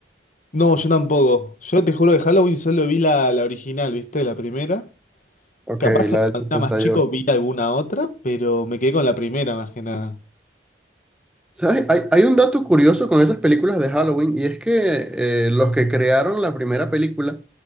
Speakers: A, on the left; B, in the centre.
A: no, yo tampoco. Yo te juro que Halloween solo vi la, la original, ¿viste? La primera.
B: Ok,
A: Capaz
B: la del
A: cuando
B: setenta
A: era más chico
B: y ocho.
A: vi alguna otra, pero me quedé con la primera más que nada.
B: ¿Sabes? Hay, hay un dato curioso con esas películas de Halloween y es que eh, los que crearon la primera película,